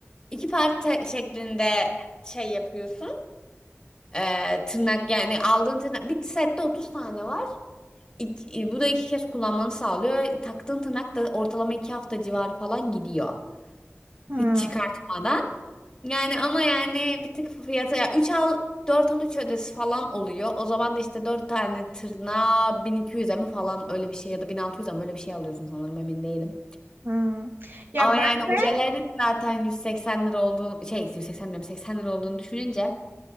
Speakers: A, on the left; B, on the right.
A: iki parça şeklinde şey yapıyorsun. E, tırnak yani aldığın tırnak bir sette 30 tane var. İki- bu da iki kez kullanmanı sağlıyor. Taktığın tırnak da ortalama iki hafta civarı falan gidiyor.
B: Hmm.
A: Hiç çıkartmadan. Yani ama yani bir tık fiyatı ya 3 al 4 al 3 ödesi falan oluyor. O zaman da işte 4 tane tırnağa 1200'e mi falan öyle bir şey ya da 1600'e mi öyle bir şey alıyorsun sanırım emin değilim.
B: Hmm. Ya
A: Ama
B: ben
A: yani ojelerin
B: de
A: zaten 180 lira olduğunu şey 180 lira mı, 80 lira olduğunu düşününce